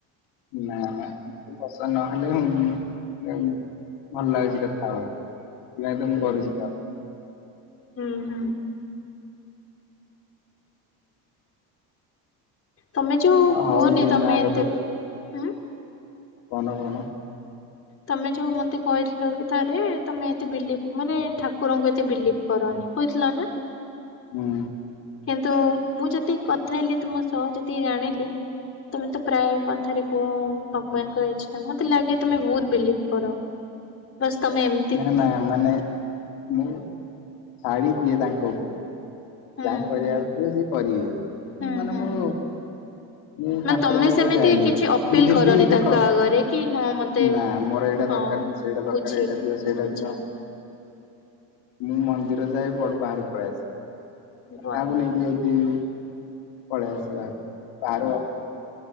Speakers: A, on the left (about 75°); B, on the left (about 30°).
A: ନା ନା ମତେ ପସନ୍ଦ ନହେଲେ ମେ ଭଲ ଲାଗୁଛି କଥା ହବାକୁ ସେଥିପାଇଁ ତ ମୁଁ
B: ହୁଁ
A: କରୁଛି ତ।
B: ହୁଁ ହୁଁ। ତମେ ଯୋଉ
A: ହଉ
B: କୁହନି
A: ଦିନ
B: ତମେ
A: ଆଗ
B: ଏତେ ଉଁ
A: କଣ କହୁନ?
B: ତମେ ଯୋଉ ମତେ କହିଥିଲ କି ଥରେ ତମେ ଏତେ ବିଲପ ମାନେ ଠାକୁରଙ୍କୁ ଏତେ ବିଲିପ କରନି କହିଥିଲ ନା?
A: ହୁଁ।
B: କିନ୍ତୁ ମୁଁ ଯେତିକି କଥା ହେଲି ତୁମ ସହ ଯେତିକି ଜାଣିଲି। ତମେ ତ ପ୍ରାୟ କଥାରେ କୁହ ଭଗବାନଙ୍କ ଇଚ୍ଛା ମତେ ଲାଗେ ତମେ ବୋହୁତ ବିଲିପ କର। ବାସ୍ ତମେ ଏମ
A: ନା ନା ମାନେ ମୁଁ ଛାଡିଦିଏ ତାଙ୍କ ଉପରେ
B: ହୁଁ।
A: ଯାହା କରିବାର ଥିବ ସେ କରିବେ
B: ହୁଁ
A: ମାନେ
B: ହୁଁ।
A: ମୋର ମୁଁ
B: ମାନେ
A: ଠାକୁରଙ୍କ
B: ତମେ
A: ପାଖକୁ
B: ସେମିତି
A: ଯାଏନି
B: କିଛି ଅପିଲ
A: ମୁଁ ଯିବି
B: କରନି
A: ଦେଖ
B: ତାଙ୍କ ଆଗରେ କି ହଁ ମତେ
A: ନା ମୋର ଏଇଟା
B: ହଁ
A: ଦରକାର ସେଇଟା ଦରକାର
B: ବୁଝିଲି
A: ଏଇଟା ଦିଅ ସେଇଟା
B: ବୁଝିଲି
A: ଦିଅ ମୁଁ ମନ୍ଦିର ଯାଏ ବଟ୍ ବାହାର ପଳେଇ ଆସେ।
B: ଭଲ
A: କାହାକୁ ନେଇକି ଜାଇଥିବ ପଳେଇ ଆସେ ଭାରୁ। ବାହାରୁ ବାହାରୁ